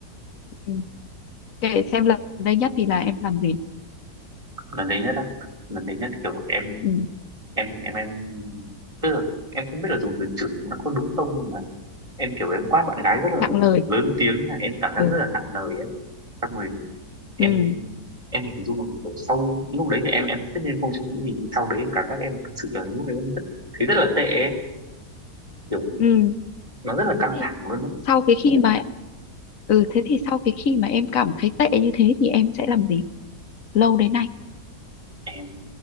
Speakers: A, on the left; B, on the right.
A: ừ. kể xem lần đây nhất thì là em làm gì
B: lần đấy nhất á lần đấy nhất kiểu em
A: ừ.
B: em em em tức là em không biết là dùng từ chửi nó có đúng không nhưng mà em kiểu em quát bạn gái rất là
A: nặng lời
B: lớn tiếng nha, em cảm giác
A: ừ.
B: rất là nặng lời ấy xong rồi em
A: ừ
B: em hình dung là kiểu sau lúc đấy thì em em tất nhiên em không suy nghĩ gì nhưng sau đấy em cảm giác em thật sự là lúc đấy em rất thấy rất là tệ ấy. kiểu
A: ừ
B: nó rất là căng
A: thì
B: thẳng luôn đấy
A: sau cái khi mà ừ thế thì sau cái khi mà em cảm thấy tệ như thế thì em sẽ làm gì lâu đến nay
B: em